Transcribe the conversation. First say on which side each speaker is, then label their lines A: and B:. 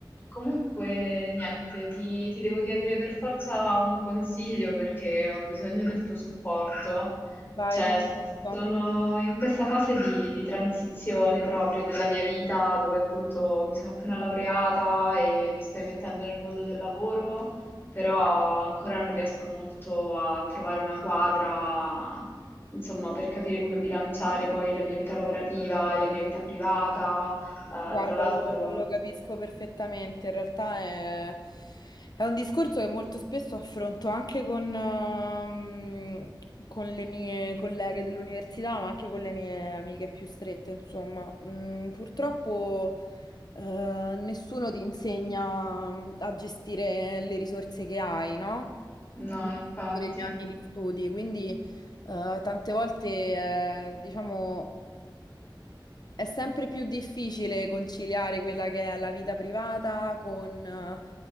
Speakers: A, on the left; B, on the left.
A: Comunque, niente, ti, ti devo chiedere per forza un consiglio perché ho bisogno del tuo supporto.
B: Vai,
A: Cioè,
B: dimmi
A: s-
B: tutto.
A: sono in questa fase di, di transizione proprio della mia vita, dove appunto mi sono appena laureata e mi sto immettendo nel mondo del lavoro, però ancora non riesco molto a trovare una quadra, insomma, per capire come bilanciare poi la mia vita lavorativa e la mia vita privata. Eh,
B: Guarda,
A: tra l'altro.
B: lo, lo capisco perfettamente. In realtà è, è un discorso che molto spesso affronto anche con, ehm, con le mie colleghe dell'università, ma anche con le mie amiche più strette, insomma. Mm, purtroppo, eh, nessuno ti insegna a gestire le risorse che hai, no?
A: No,
B: Nel
A: infatti.
B: corso degli anni di studi, quindi, eh, tante volte, eh, diciamo. È sempre più difficile conciliare quella che è la vita privata con eh,